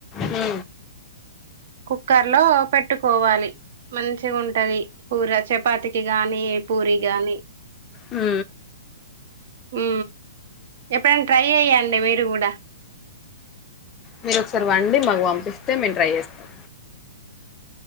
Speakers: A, on the left; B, on the right.
A: హ
B: కుక్కర్ లో పెట్టుకోవాలి మంచి ఉంటది కూర చె పాతికి గాని పూరి గాని
A: హు
B: ఉ ఎప్పుడైనా ట్రై అయ్యండి మీరు కూడా
A: మీరు ఒకసారి వండి మాకు పంపిస్తే మేము ట్రై చేస్తాం